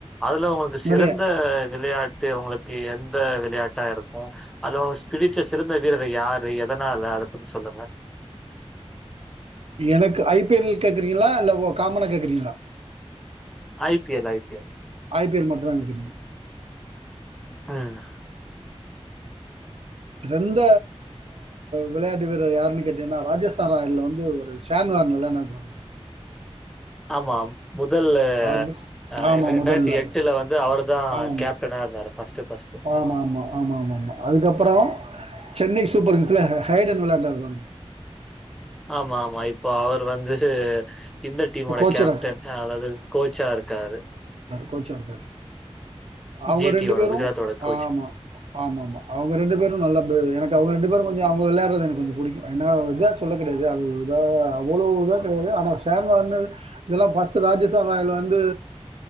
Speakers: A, in the centre; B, on the right (about 65°).
A: அதுல உங்களுக்கு
B: நெறைய
A: சிறந்த விளையா ட்டு உங்களுக்கு எந்த விளையாட்டா இருக்கு அதுல உங்க ஸ்பிரிச்சர்ஸ் சிறந்த வீரர் யார் எதனால அத பத்தி சொல்லுங்க
B: எனக்கு ஐ பி எல் கேக்குறீங்களா இல்ல காமனா கேக்குறீங்களா
A: I P L I P L
B: I P L மட்டுந்தா எனக்கு தெரியு
A: உம்
B: சிறந்த விளையாட்டு வீரர் யாருன்னு கேட்டீங்கன்னா ராஜஸ்தான் ராயல்ல வந்து ஒரு சான்வார்ன் விளையாடுனாரு பாருங்க
A: ஆமாம் முதல்ல
B: அவரு
A: அஹ்
B: ஆமா
A: இரண்டாயிரத்தி
B: முதல்ல
A: எட்டுல வந்து அவர்தான்
B: ஆமா
A: கேப்டனா இருந்தாரு பஸ்ட் பஸ்ட்
B: ஆமா
A: ஆஹ
B: ஆமா ஆமா ஆமா ஆமா அதுக்கப்புறோ சென்னை சூப்பர் கிங்ஸ்ல ஹைடன் விளையாண்டாரு பாருங்க
A: ஆமாமா இப்போ அவர் வந்து இந்த டீமோட
B: இப்ப கோச்சரா
A: கேப்டன் அதாவது கோச்சா இருக்காரு
B: கோச்சார அவுங்க
A: ஜிடியோட
B: ரெண்டு பேரும்
A: குஜராத்தோட கோச்.
B: ஆமா ஆமாமா அவுங்க ரெண்டு பேரும் நல்ல பிளேயர் எனக்கு அவுங்க ரெண்டு பேரும் கொஞ்சோ அவுங்க விளையாடறது எனக்கு கொஞ்சோ புடிக்கு அதனால ஒரு இதா சொல்ல கிடையாது அது இதா அவ்வளவு இதா கிடையாது ஆனா சேர் இதெல்லாம் ஃபர்ஸ்ட் ராஜஸ்தான் ராயல் வந்து